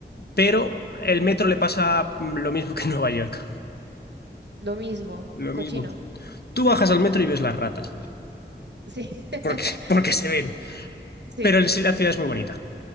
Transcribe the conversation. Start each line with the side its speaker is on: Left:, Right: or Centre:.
Left: pero el
Right: Ujú.
Left: metro le pasa mm, lo mismo que <laughs> en Nueva York,
Right: Lo mismo,
Left: lo
Right: cochino.
Left: mismo. Tú bajas al metro y ves las ratas,
Right: Sí. <laughs>
Left: porque, porque se ven,
Right: Sí.
Left: pero en sí la ciudad es muy bonita,